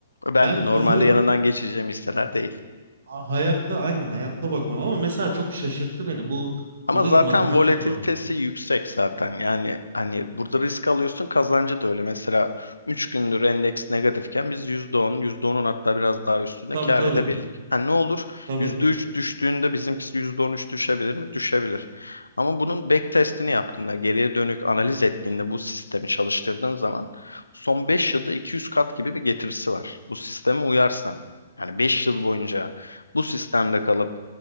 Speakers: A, on the left (about 80°); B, on the right (about 60°).
A: Ben
B: Ben
A: de normalde
B: onları
A: yanından geçeceğim hisseler değil.
B: a- hayatta aynen hayatta bakmam ama mesela çok şaşırttı beni. Bu
A: Ama
B: burada
A: zaten
B: bir matematik
A: volatilitesi
B: var.
A: yüksek zaten. Yani hani burada risk alıyorsun kazancı da öyle. Mesela 3 gündür endeks negatifken biz yüzde on yüzde onun hatta biraz daha üstünde
B: Tabii
A: kâr
B: tabii.
A: edebildik. Ha ne olur?
B: Tabii.
A: yüzde üç düştüğünde bizimkisi %13 düşebilir mi? Düşebilir. Ama bunun back testini yaptığında, geriye dönük analiz ettiğinde bu sistemi çalıştırdığın zaman son 5 yılda 200 kat gibi bir getirisi var. Bu sisteme uyarsan. Yani 5 yıl boyunca bu sistemde kalıp